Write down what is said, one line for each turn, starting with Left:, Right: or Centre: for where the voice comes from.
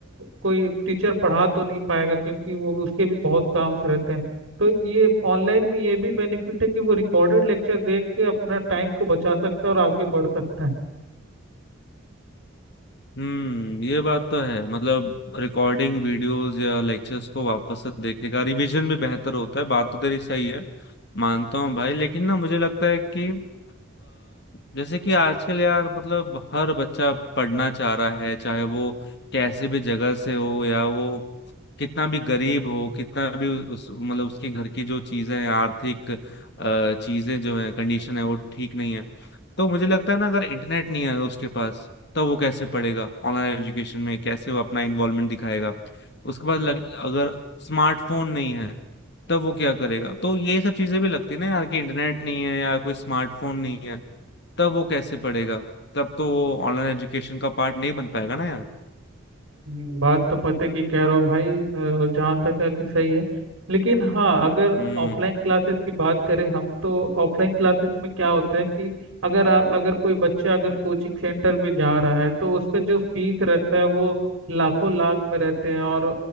Right: कोई टीचर पढ़ा तो नहीं पाएगा क्योंकि वो उसके भी बहुत काम से रहते हैं तो ये ऑनलाइन में ये भी बेनिफिट है कि वो रिकॉर्डेड लेक्चर देख के अपना टाइम को बचा सकता है और आगे बढ़ सकता है
Left: हम्म ये बात तो है मतलब रिकॉर्डिंग वीडियोस या लेक्चर्स को वापस से देखेगा रिवीजन भी बेहतर होता है बात तो तेरी सही है मानता हूँ भाई लेकिन ना मुझे लगता है कि अ जैसे कि आजकल यार मतलब हर बच्चा पढ़ना चाह रहा है चाहे वो कैसे भी जगह से हो या वो कितना भी गरीब हो कितना भी उ- उस मतलब उसके घर की जो चीजें हैं आर्थिक अ, चीजें जो है कंडीशन है वो ठीक नहीं है तो मुझे लगता है ना अगर इंटरनेट नहीं है उसके पास तो वो कैसे पढ़ेगा ऑनलाइन एजुकेशन में कैसे वो अपना इन्वॉल्वमेंट दिखाएगा उसके बाद लग, अगर स्मार्टफोन नहीं है तब वो क्या करेगा तो ये सब चीजें भी लगती है ना यार कि इंटरनेट नहीं है या कोई स्मार्टफोन नहीं है तब वो कैसे पढ़ेगा तब तो वो ऑनलाइन एजुकेशन का पार्ट नहीं बन पाएगा ना यार
Right: हम्म, बात तो पते की कह रहे हो भाई अ, जहाँ तक है कि सही है लेकिन हाँ अगर
Left: हम्म
Right: ऑफलाइन क्लासेस की बात करें हम तो ऑफलाइन क्लासेस में क्या होता है कि अगर आ- अगर कोई बच्चा अगर कोचिंग सेंटर भी जा रहा है तो उसका जो फीस रहता है वो लाखों लाख में रहते हैं और